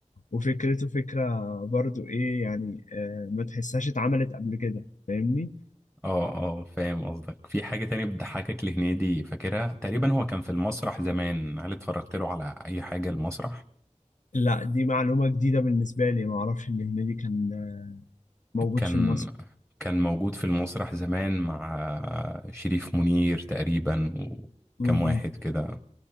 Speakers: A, on the left; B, in the centre.
A: وفكرته فكرة برضو ايه يعني آه، ما تحسهاش اتعملت قبل كده فاهمني
B: اه اه فاهم قصدك في حاجة تانية بتضحكك لهنيدي فاكرها تقريبا هو كان في المسرح زمان هل اتفرجت له على اي حاجة المسرح
A: لا دي معلومة جديدة بالنسبة لي ما اعرفش ان هنيدي كان موجود
B: كان
A: في المسرح
B: كان موجود في المسرح زمان مع شريف منير تقريبا وكم
A: م-
B: واحد
A: م.
B: كده